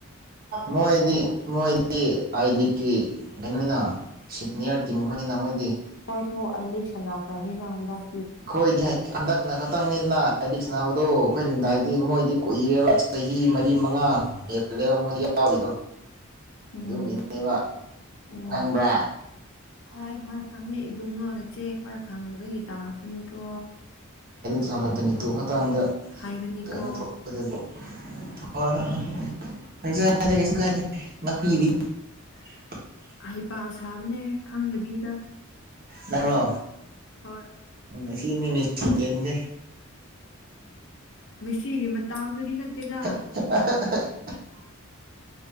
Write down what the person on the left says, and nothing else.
ꯍꯣꯏꯁꯨ ꯑꯩ ꯂꯦꯛ ꯁꯟꯅꯈ꯭ꯔꯅꯤꯅ ꯍꯟꯗꯛ
ꯎꯝ
ꯎꯝ
ꯍꯣꯏ ꯍꯣꯏ ꯈꯪꯉꯦ ꯏꯕꯨꯡꯉꯣ ꯅꯆꯦ ꯍꯣꯏ ꯈꯪꯗꯅꯕꯒꯤ ꯇꯧꯔꯛꯄꯅꯤꯀꯣ
ꯍꯥꯏꯕꯅꯤꯀꯣ
ꯑꯍꯩ ꯄ ꯁꯥꯕꯅꯦ ꯈꯪꯗꯕꯤꯗ
ꯑꯩ ꯍꯣꯏ
ꯃꯦꯁꯤꯒꯤ ꯃ ꯑꯪꯗꯤ ꯅꯠꯇꯦꯗ